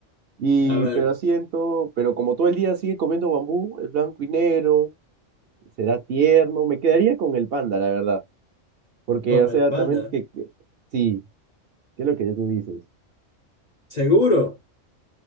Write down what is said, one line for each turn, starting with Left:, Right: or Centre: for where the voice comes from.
Right: Y,
Left: A ver,
Right: pero siento, pero como todo el día sigue comiendo bambú, es blanco y negro, será tierno. Me quedaría con el panda, la verdad. Porque,
Left: con
Right: o sea,
Left: el panda.
Right: también que, que- sí, ¿qué es lo que tú dices?
Left: ¿Seguro?